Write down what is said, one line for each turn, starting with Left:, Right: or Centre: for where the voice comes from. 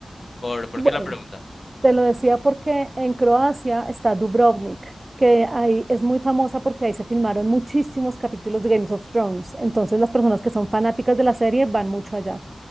Left: por, ¿por
Right: Bueno,
Left: qué la pregunta?
Right: Te lo decía porque en Croacia está Dubrovnik, que ahí es muy famosa porque ahí se filmaron muchísimos capítulos de Games of Thrones. Entonces las personas que son fanáticas de la serie van mucho allá.